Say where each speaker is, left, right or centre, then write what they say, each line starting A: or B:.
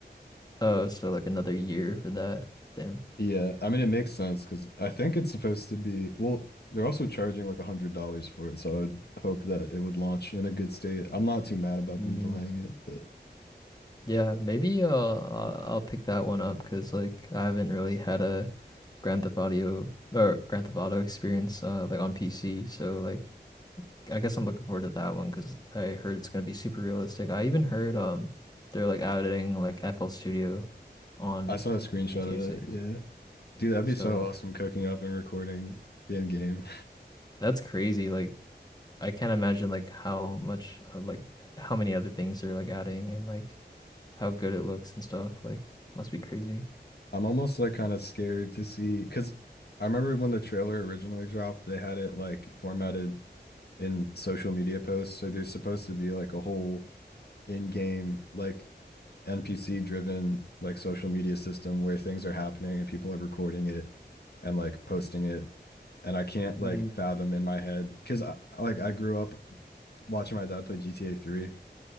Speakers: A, on the left; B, on the left.
A: oh, so like another year for that. Damn.
B: Yeah, I mean it makes sense because I think it's supposed to be well, they're also charging like a hundred dollars for it, so I would hope that it would launch in a good state. I'm not too mad about
A: Mm.
B: them delaying it, but
A: Yeah, maybe uh, I'll I'll pick that one up because like I haven't really had a Grand Theft Audio or Grand Theft Auto experience uh like on PC, so like I guess I'm looking forward to that one because I heard it's gonna be super realistic. I even heard um they're like adding like FL Studio on
B: I saw a screenshot
A: GTA
B: of
A: 6.
B: that. Yeah. Dude, that'd
A: So.
B: be so awesome cooking up and recording in game.
A: That's crazy. Like I can't imagine like how much uh, like how many other things they're like adding and like how good it looks and stuff. Like must be crazy.
B: <laughs> I'm almost like kind of scared to see because I remember when the trailer originally dropped, they had it like formatted in social media posts. So there's supposed to be like a whole in-game like NPC driven like social media system where things are happening and people are recording it and like posting it. And I can't
A: Mm.
B: like fathom in my head because I like I grew up watching my dad play GTA 3